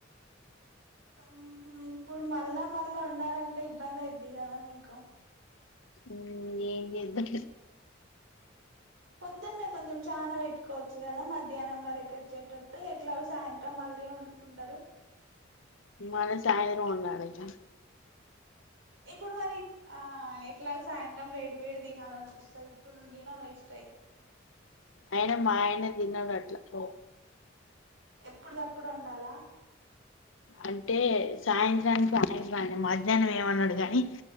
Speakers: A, on the right; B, on the left.
A: ఆహ ఇప్పుడు మళ్ళా మళ్ళా వండాలంటే ఇబ్బంది అయిదీ గదా మీకు
B: ఉమ్ ఏం చేద్దాం
A: పొదున్నె కొంచెం చానా వెట్టుకోవచ్చు గదా మధ్యాహ్నం వరకు వచ్చేటట్టు ఎట్లాగొ సాయంత్రం మళ్ళీ వం కుంటారు
B: మళ్ళీ సాయంత్రం వండాలిగ
A: ఇప్పుడు మరి ఆ ఎట్లాగొ సాయంత్రం వేడి వేడి తినాలనిపిస్తది వండినా వేస్ట్ అయిదీ
B: అయినా మా ఆయన తినడు అట్ల పో
A: ఎప్పుడుదప్పుడు వండాలా
B: అంటే సాయంత్రానికి సాయంత్రాన్ని మధ్యాహ్నం ఏమన్నడు గానీ